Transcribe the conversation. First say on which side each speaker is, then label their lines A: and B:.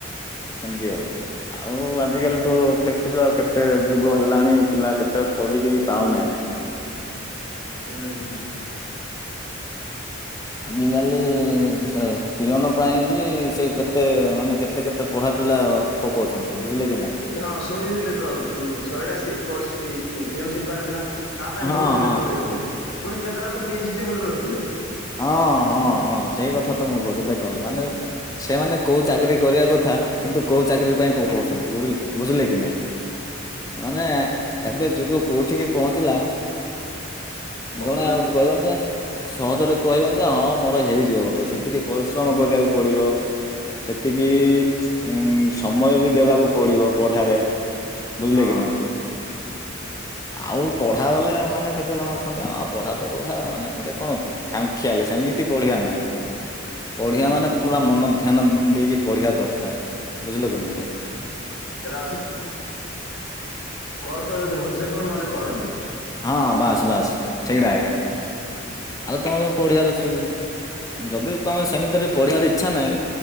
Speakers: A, on the left; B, on the left.
A: ସେନ୍ତିି ହଉଛି ଆଉ ଆଜିକାଲି ତ ଦେଖୁଛୁ ଆଉ କେତେ ଯୁଗ ହେଲାଣି ପିଲା କେତେ ପଢିକି ବି ପାଉନାହିଁ
B: ହୁଁ ହୁଁ।
A: ଆଜିକାଲି ସେ ଟିଅନ ପାଇଁ ବି ସେ କେତେ ମାନେ କେତେ କେତେ ପଢ଼ାପିଲା ଅ ପକଉଛନ୍ତି। ବୁଝିଲେ କି ନାଇଁ
B: ହଁ ଶୁଣିଥିଲି ତ ଶହେଟା ସି <unintelligible> ବାହାରିଥିଲା। ତା ପାଇଁ
A: ହଁ
B: ବହୁତ ପିଲା
A: ହଁ
B: ପକେଇ ଥିଲେ ପୁଣି କେତେଟା ତ ପି ଏଚ ଡି ହୋଲଡର ଥିଲେ।
A: ହଁ ହଁ ହଁ ସେଇ କଥା ତ ମୁଁ କହୁଛି ଦେଖ ମାନେ ସେମାନେ କୋଉ ଚାକିରୀ କରିବା କଥା କିନ୍ତୁ କୋଉ ଚାକିରି ପାଇଁ ପକାଉଛନ୍ତି ବୁଝିଲେ ବୁଝିଲେ କି ନାଇଁ? ମାନେ ଏବେ ଯୁଗ କୋଉଠିକି ପହଞ୍ଚିଲା
B: ପପୁଲାର
A: ଜଣେ ଆଉ କହିବନି ଯେ ସହଜରେ କହିବନି ଯେ ହଁ ମୋର ହେଇଯିବ ବୋଲି ସେତିକି ପରିଶ୍ରମ କରିବାକୁ ପଡିବ। ସେତିକି ଉଁ ସମୟ ବି ଦେବାକୁ ପଡିବ ପଢାରେ ବୁଝିଲେ
B: ହଁ
A: କି ନାଇଁ ଆଉ ପଢା ବାଲେ ମାନେ କେତେ ଜଣ ଅଛ ନେ ଆ ପଢା ତ ପଢା ମାନେ ଗୋଟେ କଣତି ଖାମଖିଆଲ ସେମିତି ପଢିବା ନାଇଁ
B: ହୁଁ
A: ପଢିବା ମାନେ ପୁରା ମନ ଧ୍ୟାନ ଦେଇକି ପଢିବା ଦରକାର ବୁଝିଲ କି ନାଇଁ
B: ସେଟା କରଚ ଯଦି ଭଲସେ କର ନହେଲେ କର ନାହିଁ।
A: ହଁ ବାସ୍ ବାସ୍ ସେଇଟା ଏକା ଆରେ ତମେ ପଢିବାର ଅଛି ଯଦି ତମେ ସେମିତିରେ ପଢିବାର ଇଚ୍ଛା ନାହିଁ